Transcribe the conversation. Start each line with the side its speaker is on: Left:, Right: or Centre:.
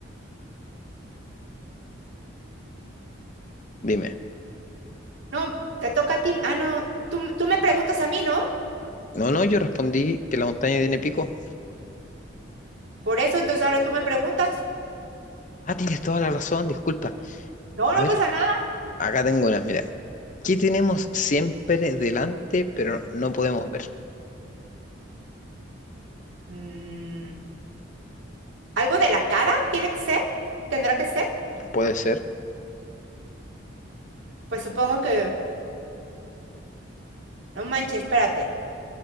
Left: dime.
Right: No, te toca a ti. Ah, no, tú, tú me preguntas a mí, ¿no?
Left: No, no, yo respondí que la montaña tiene pico.
Right: Por eso, entonces ahora tú me preguntas.
Left: Ah, tienes toda la razón, disculpa.
Right: No,
Left: A
Right: no
Left: ver,
Right: pasa nada.
Left: Acá tengo unas, mira. ¿Qué tenemos siempre delante, pero no podemos ver?
Right: Mm, ¿algo de la cara tiene que ser? ¿Tendrá que ser?
Left: Puede ser.
Right: Pues supongo que... No manches, espérate.